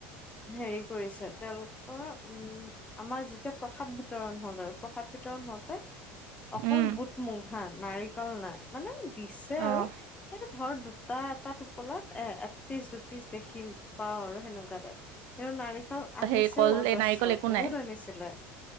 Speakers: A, on the left (about 25°); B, on the right (about 60°).
A: হেৰি কৰিছে তেওঁলোকৰ উম আমাৰ যেতিয়া প্ৰসাদ বিতৰণ হ'ল আৰু প্ৰসাদ বিতৰণ হওঁতে অকল
B: উম,
A: বুট মুগ হা নাৰিকল নাই মানে দিছে আৰু
B: অ'।
A: এ ধৰ দুটা এটা টোপোলাত এ একপিচ দুপিচ দেখি প পাও আৰু সেনেকুৱা টাইপ কিন্তু নাৰিকল আনিছেও
B: হেৰি কল
A: অজস্ৰ
B: এই নাৰিকল একো
A: বহুত
B: নাই
A: আনিছিলে